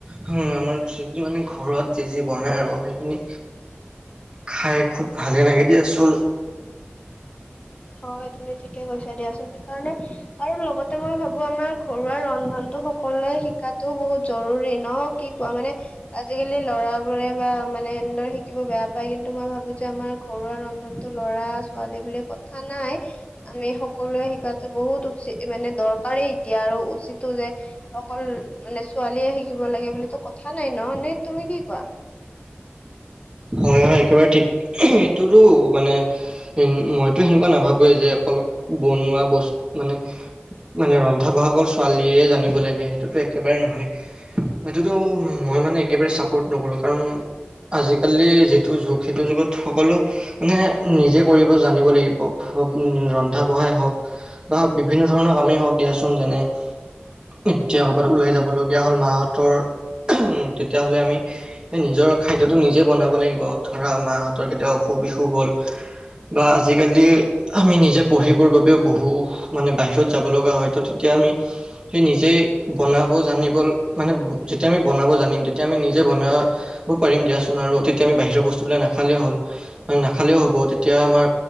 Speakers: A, on the right; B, on the left.
A: আমাৰ মানে ঘৰত যি, যি বনাই আৰু, সেইখিনি খাই খুব ভালে লাগে দিয়াচোন।
B: হয়, তুমি ঠিকে কৈছা দিয়াচোন, সেইকাৰণে আৰু লগতে মই ভাবো, আমাৰ ঘৰুৱা ৰন্ধনটো সকলোৱে শিকাতো বহুত জৰুৰী ন'। কি কোৱা, মানে আজিকালি ল'ৰাবোৰে বা মানে, সেনেদৰে শিকিব বেয়া পায়, কিন্তু মই ভাবো যে আমাৰ ঘৰুৱা ৰন্ধনটো ল'ৰা, ছোৱালী বুলি ক থা নাই, আমি সকলোৱে শিকাতো বহুত উচিত, মানে দৰকাৰেই। এতিয়া আৰু উচিতো যে অকল মানে, ছোৱালীয়ে শিকিব লাগে বুলিটো কথা নাই ন', নে, তুমি কি কোৱা?
A: হয়, হয়, একেবাৰে ঠিক, এইটোটো মানে উম, মইতো সেনেকুৱা নাভাবোৱেই যে, অকল বনোৱা বস্তু মানে মানে ৰন্ধা-বঢ়া অকল ছোৱালীয়ে জানিব লাগে সেইটোতো একেবাৰে নহয়। সেইটোতো মই মানে একেবাৰে চাপৰ্ট নকৰো। কাৰণ আজিকালি যিটো যুগ সেইটো যুগত সকলো এনে নিজে কৰিব জানিব লাগিব, ৰন্ধা-বঢ়াই হওক। বা বিভিন্ন ধৰণৰ কামেই হওক দিয়াচোন। যেনে এতিয়া ক'ৰবাত ওলাই যাব লগগীয়া হ'ল মাহঁতৰ উ তেতিয়াহ'লে আমি এই নিজৰ খাদ্যটো নিজে বনাব লাগিব। ধৰা মাহঁতৰ কেতিয়াবা অসুখ-বিসুখ হ'ল। বা আজিকালি আমি নিজে পঢ়িবৰ বাবেও বহু মানে বাহিৰত যাব লগা হয় ত' তেতিয়া আমি সেই নিজে বনাব জানিব মানে যেতিয়া আমি বনাব জানিম তেতিয়া আমি নিজে বনোৱা ব পাৰিম দিয়াচোন। আৰু তেতিয়া আমি বাহিৰৰ বস্তুবিলাক নাখালেও হ'ল। <unintelligible> নাখালেও হ'ব। তেতিয়া আমাৰ